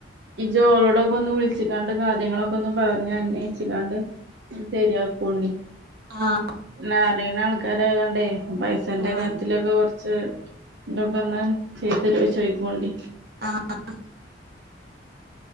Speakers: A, on the right; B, on the right.
A: ഇജ്ജ് ളോടൊക്കെ ഒന്ന് വിളിച്ചിങ്ങാണ്ട് കാര്യങ്ങളൊക്കെ ഒന്ന് പറഞ്ഞ് അന്വേഷിച്ചിങ്ങാണ്ട് ഒന്ന് സെരിയാക്കോണ്ടിം
B: ആഹ്
A: എന്നാ അറിയ്ണ ആൾക്കാരായ്ങ്ങോണ്ടേ പൈസേന്റെ
B: ആഹ്
A: കാര്യത്തിലൊക്കെ കൊറച്ച് വന്ന് ചെയ്തരോ ചോയ്ക്കോണ്ടി
B: ആഹ്